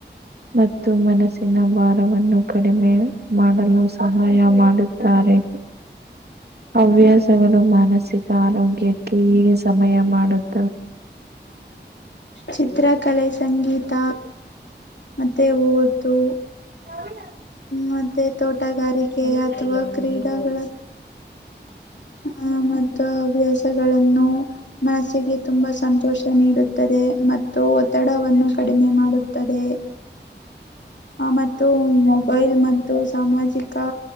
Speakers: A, on the right (about 60°); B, on the left (about 75°).
A: ಮತ್ತು ಮನಸ್ಸಿನ ಭಾರವನ್ನು ಕಡಿಮೆ ಮಾಡಲು ಸಹ ಸಹಾಯ ಮಾಡುತ್ತಾರೆ ಹವ್ಯಾಸ ಮಾನಸಿಕ ಆರೋಗ್ಯಕ್ಕೆ ಈಗೆ ಸಮಯ ಮಾಡುತ್ತ
B: ಚಿತ್ರಕಲೆ ಸಂಗೀತ ಮತ್ತೆ ಓತು
A: ನಾವಲ್ಲ
B: ಮತ್ತೆ ತೋಟಗಾರಿಕೆ ಅಥವಾ ಕ್ರೀಡಳ ಹ ಮತ್ತು ಹವ್ಯಾಸಗಳನ್ನು ಮನಸ್ಸಿಗೆ ತುಂಬಾ ಸಂತೋಷ ನೀಡುತ್ತೆ ಮತ್ತು ಒತ್ತಡವನ್ನು ಕಡಿಮೆ ಮಾಡುತ್ತದೆ ಆ ಮತ್ತು ಮೊಬೈಲ್ ಮತ್ತು ಸಾಮಾಜಿಕ